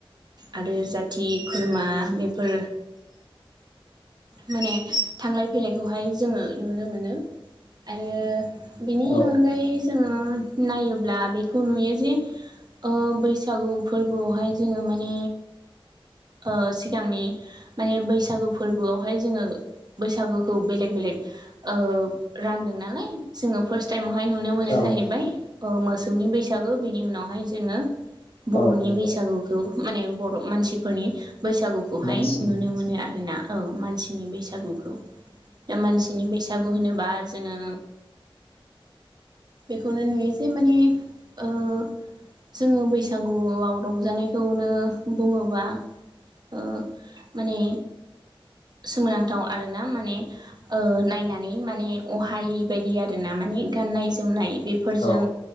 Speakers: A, on the right (about 45°); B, on the left (about 85°).
A: आरो जाथि खुरमा बेफोर माने थांलाय फैलायखौहाय जोङो नुनो मोनो। आरो बिनि
B: औ
A: अनगायै जोङो उम नायोब्ला बेखौ नुयो जे ओ बैसागु फोरबोआवहाय जोङो माने ओ सिगांनि माने बैसागु फोरबोआवहाय जोङो बैसागोखौ बेलेग बे लेग ओ रानदों नालाय जोङो फार्ट टाइम हाय नुनो मोनो
B: औ
A: जाहैबाय ओ मोसौनि बैसागो बेनि उनावहाय जोङो बर'नि
B: औ नंगौ
A: बैसागुखौ माने बर' मानसिफोरनि बैसागुखौहाय
B: मानसिनि
A: नुनो मोनो आरोना औ। मानसिनि बैसागुखौ दा मानसिनि बैसागु होनोबा जोङो बेखौनो नुयो जे माने ओ जोङो बैसागुआव रंजानायखौनो बुङोबा ओ माने सोमोनांथाव आरोना माने ओ नायनानै माने अहायै बायदि आरोना माने गाननाय जोमनाय बेफोरजों
B: औ